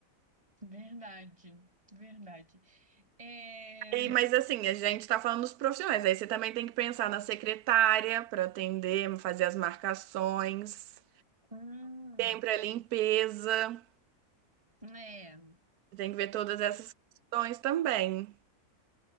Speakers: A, on the right (about 20°); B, on the right (about 80°).
A: Verdade, verdade. É...
B: E, mas assim, a gente está falando dos profissionais. Aí você também tem que pensar na secretária para atender, fazer as marcações,
A: hum,
B: sempre a limpeza.
A: É,
B: Tem que ver todas essas questões também.